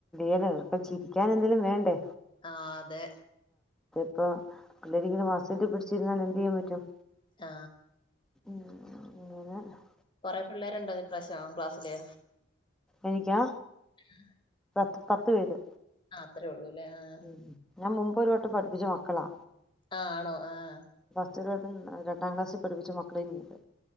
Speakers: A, in the centre; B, on the left.
A: ഇടന ഇപ്പൊ ചിരിക്കാൻ എന്തേലും വേണ്ടേ
B: ആ അതെ
A: ഇപ്പൊ പിള്ളേരിങ്കിലും മാസില് പിടിച്ചിരുന്നാൽ എന്ത് ചെയ്യാൻ പറ്റും
B: ആ
A: അങ്ങനെ
B: കൊറെേ പിള്ളേരുണ്ടോ ഇപ്രാവശ്യം ക്ലാസ്സില്
A: എനിക്കാ.
B: ഉം.
A: പത്ത് പത്ത് പേര്.
B: അത്രേ ഉ കുലെ ആഹ്.
A: ഉം ഞാൻ മുമ്പ് ഒരു വട്ടം പഠിപ്പിച്ച മക്കളാ
B: ആഹ് ആണോ ആഹ്.
A: ഒരുവട്ടം രണ്ടാം ക്ലാസ്സിൽ പഠപ്പിച്ച മക്കളെയ നീണ്ട്. നോക്ക.